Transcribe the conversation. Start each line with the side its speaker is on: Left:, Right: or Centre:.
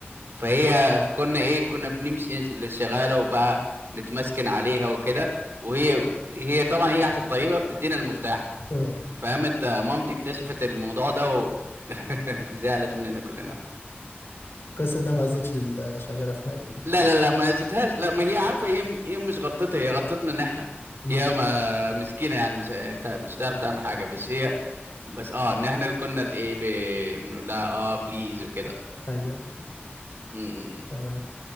Right: فهي كنا ايه كنا بنمشي للشغاله وبقى نتمسكن عليها وكده وهي هي طبعا هي عشان طيبه بتدينا المفتاح
Left: آه.
Right: فقامت آه، مامتي اكتشفت الموضوع ده و <laughs> زعلت مننا كلنا
Left: كويس ان انا ما زيتش شغاله في حاجه
Right: لا لا لا ما زتهاش لا ما هي عارفه هي هي مش غلطتها هي غلطتنا ان احنا
Left: أمم.
Right: هي ما مسكينه يعني مش هتع- مش هتعرف تعمل حاجه بس هي بس اه ان احنا اللي كنا الايه بنقول لها اه بليز وكده
Left: ايوه
Right: م- م-
Left: تمام